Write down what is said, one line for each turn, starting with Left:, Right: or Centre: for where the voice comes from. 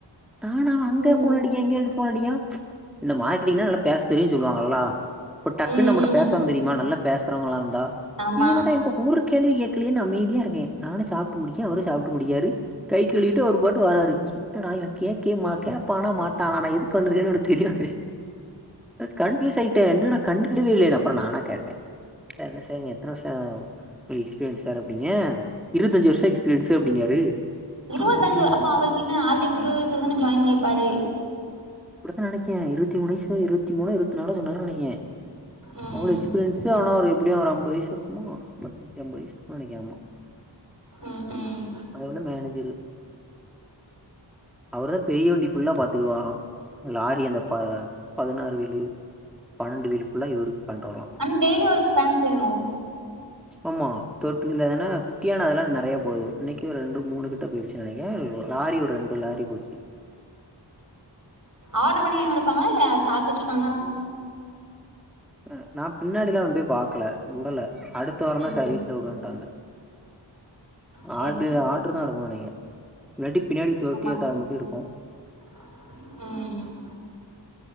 Centre: நான அங்க
Right: ம்
Centre: போன் அடிக இங்க <unintelligible> போன் அடிக இந்த மார்க்கெட்டிங்னா நல்லா பேச தெரியு சொல்லுவாங்கல்லா இப்ப டக்குன்னு
Right: ம்
Centre: நம்மட்ட
Right: ம்
Centre: பேசுறவங்க தெரியுமா நல்லா பேசறவங்களா இருந்தா
Right: ஆமா
Centre: <unintelligible> ஒரு கேள்வி கேட்கலே நா அமைதியா இருக்கே நானு சாப்ட்டு முடிக்கே அவரு சாப்ட்டு முடிக்கியாரு கை கழுவிட்டு ஒரு பாட்டு வாரா இருன்ச்சு டா இவன் கேக்கே மாட்ட கேப்பானா மாட்டானா நா எதுக்கு வந்திருக்கேன்னு இவனுக்கு தெரியாது கண்ஃபியூஸ் ஆயிட்ட என்னடா கண்டுக்கவே இல்லடா அப்றோ நானா கேட்ட என்ன சார் நீங்க எத்தன வருஷோ எக்ஸ்பீரியன்ஸ் சார் அப்பிங்க இருவத்தஞ்சு வருஷோ எக்ஸ்பீரியன்ஸு அப்டிங்காரு
Right: இருவத்தஞ்சு
Centre: அவங்க உண்மையா
Right: அப்ப அவருக்கு என்ன ஆல்ரெடி இருவது வயசுல தான ஜாயின் பண்ணிருப்பாரு
Centre: அப்படித்தா நனைக்கே இருவத்தி மூணு வயசுல இருவத்தி மூணோ இருவத்தி நாலோ சொன்னார் நனைக்கே
Right: ம்
Centre: அவ்வளோ எக்ஸ்பீரியன்ஸ் ஆனா ஒரு எப்புடியு ஒரு அம்பது வயசு இருக்குமோ பத்து அம்பது‌வயசு நினைக்க
Right: ம் ம்
Centre: அவரு மேனஜரு அவருதா பெரிய வண்டி ஃபுல்லா பாத்துக்கு வாரா லாரி அந்த ப பதினாறு வீலு பன்னெண்டு வீடு ஃபுல்லா இவுருக் கன்ட்ரோலா
Right: அன் டெய்லி ஒரு ஃபேன்ட் வேணுமோ
Centre: ஆமா தொட்டிக்குள்ள ஏன்னா குட்டியான அதெல்லா நறைய போகு இன்னைக்கு ஒரு ரெண்டு மூணு கிட்ட போயிடுச்சு நனைக்க லாரி ஒரு ரெண்டு லாரி போச்சு
Right: ஆர்டர் பண்ணி வாங்கி குடுப்பாங்க இல்ல ஸ்டாக் வச்சிருக்காங்ளா
Centre: அ நா பின்னாடில்லா ஒண்டு போய் பாக்கல உடல அடுத் த வாரோ தா
Right: ம்
Centre: சரிவீஸ்ல உடுவேட்டாங்க
Right: சேரி
Centre: ஆடரு
Right: சேரி
Centre: ஆர்டரு தா இக்குண் நெனைக்க இல்லாட்டி பின்னாடி தோட்டி
Right: ஆமா
Centre: ஆட்ட அது மட்டு இருக்கு
Right: ம்